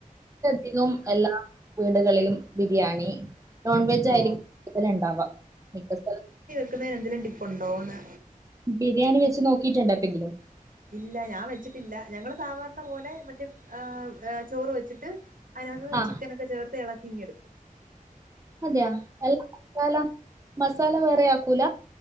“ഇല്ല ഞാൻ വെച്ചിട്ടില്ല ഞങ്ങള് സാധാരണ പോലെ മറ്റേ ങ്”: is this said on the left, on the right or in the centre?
Right